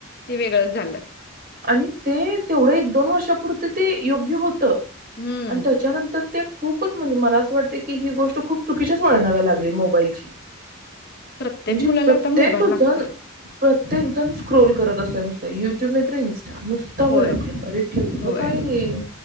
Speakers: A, on the left; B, on the right.
A: ते वेगळंच झालं.
B: आणि ते तेवढं एक दोन वर्षापुरत ते योग्य होतं.
A: हम्म,
B: आणि त्याच्यानंतर ते खूपच म्हणजे मला असं वाटत की, ही गोष्ट खूप चुकीच्याच वळणाला लागली मोबाईलची.
A: प्रत्येक
B: म्हणजे
A: मुलाला
B: प्रत्येक
A: आता मोबाईल लागतोय.
B: जण प्रत्येक जण स्क्रोल करत असतोय नुसत युट्यूब नाही तर इनस्ट नुसता
A: होय,
B: वर डकलता. केवढं
A: होय.
B: काय ये.